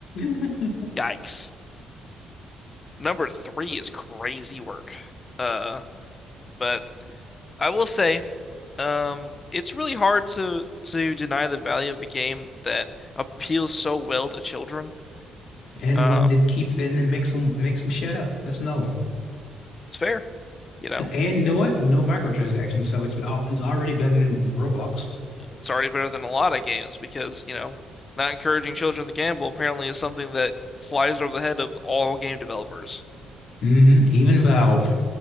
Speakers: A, on the left; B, on the left.
A: <laughs>
B: Yikes! Number three is crazy work. Uh, but I will say, um, it's really hard to to deny the value of a game that appeals so well to children.
A: And
B: Um,
A: one that keeps and then makes them makes them shut up. That's another one.
B: it's fair, you know.
A: And you know what? No microtransactions, so it's al- it's already better than Roblox.
B: It's already better than a lot of games because, you know, not encouraging children to gamble apparently is something that flies over the head of all game developers.
A: hmm Even Valve.